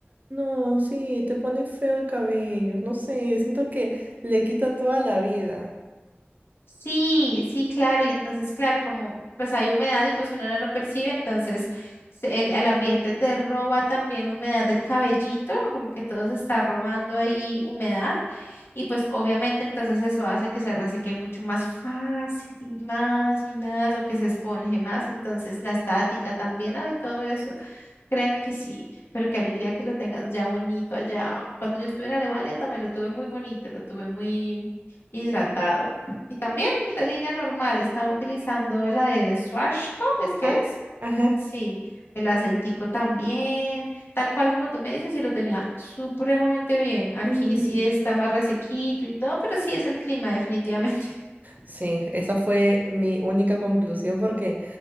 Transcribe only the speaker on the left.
Sí, sí, claro. Y entonces, claro, como pues hay humedad y pues uno no lo percibe, entonces se- el, el ambiente te roba también humedad del cabellito, como que todo se está robando ahí humedad. Y pues obviamente entonces eso hace que se reseque mucho más fácil y más y más o que se esponje más. Entonces la estática también, hay todo eso. Créeme que sí, pero qué alegría que lo tengas ya bonito allá. Cuando yo estuve en Alemania también lo tuve muy bonito, lo tuve muy hidratado. Y también usé línea normal, estaba utilizando la de Schwarzkopf, ¿es que
es?
Sí, el aceitico también, tal cual como tú me dices, y lo tenía supremamente bien. Aquí
sí está más resequito y todo, pero sí es el clima, definitivamente. <laughs>